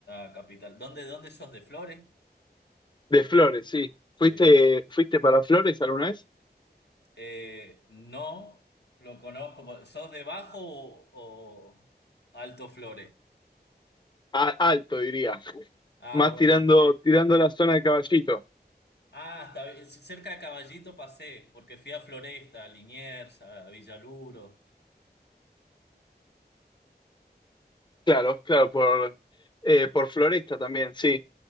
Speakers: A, on the left; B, on the left.
A: a Capital. ¿Dónde, dónde sos? ¿De Flores?
B: De Flores, sí. ¿Fuiste,
A: De-
B: fuiste para Flores alguna vez?
A: eh, no, lo conozco. ¿Sos de Bajo o, o Alto Flores?
B: A- alto, diría.
A: Ah,
B: Más
A: bueno.
B: tirando, tirando la zona de Caballito.
A: Ah, hasta vi- cerca de Caballito pasé, porque fui a Floresta, a Liniers, a Villaluro.
B: Claro, claro, por, eh, por Floresta también, sí.